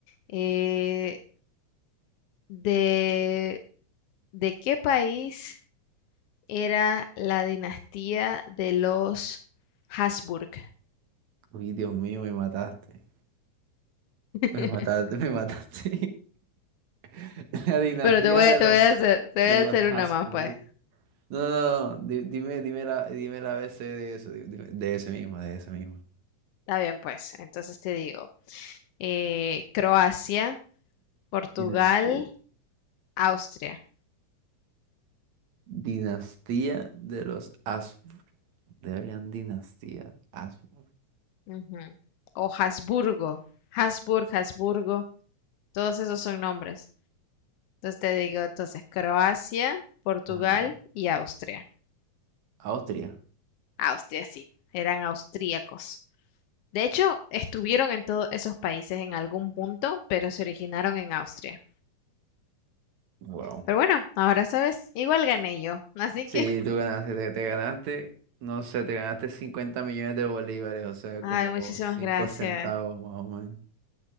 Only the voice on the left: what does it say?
eh, de, ¿de qué país era la dinastía de los Habsburg?
<laughs>
Pero te voy
a, te
voy a hacer, te voy
a
hacer
una más, pues.
Está bien, pues. Entonces te digo, eh, Croacia, Portugal,
Austria.
Ujú. O Habsburgo. Habsburg, Habsburgo. Todos esos son nombres. Entonces te digo, entonces, Croacia, Portugal
y Austria.
Austria, sí. Eran austríacos. De hecho, estuvieron en todos esos países en algún punto, pero se originaron en Austria.
Pero bueno, ahora sabes, igual gané yo. Así
que...
Ay,
muchísimas
gracias.